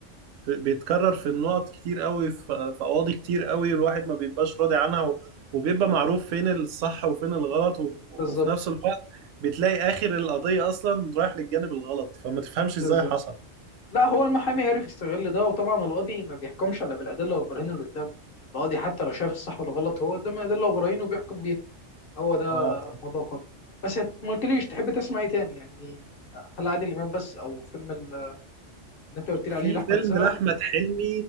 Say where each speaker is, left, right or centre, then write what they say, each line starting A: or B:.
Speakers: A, on the right (about 85°); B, on the left (about 50°).
A: في- بيتكرر في النقط كتير قوي في في قواضي كتير قوي الواحد ما بيبقاش راضي عنها و- وبيبقى معروف فين الصح وفين الغلط و- وفي
B: بالظبط
A: نفس الوقت بتلاقي اخر القضية اصلا رايح للجانب الغلط فما تفهمش ازاي
B: بالظبط
A: حصل
B: لا هو المحامي عرف يستغل ده وطبعا القاضي ما بيحكمش الا بالادله والبراهين اللي قدامه القاضي حتى لو شايف الصح ولا غلط هو قدامه ادله وبراهين وبيحكم بيها هو ده
A: اه
B: الموضوع كله بس ما قلتليش تحب تسمع ايه تاني يعني هل عادل امام بس او فيلم ال- اللي انت قلت لي
A: في
B: عليه لاحمد
A: فيلم
B: السقا
A: لأحمد حلمي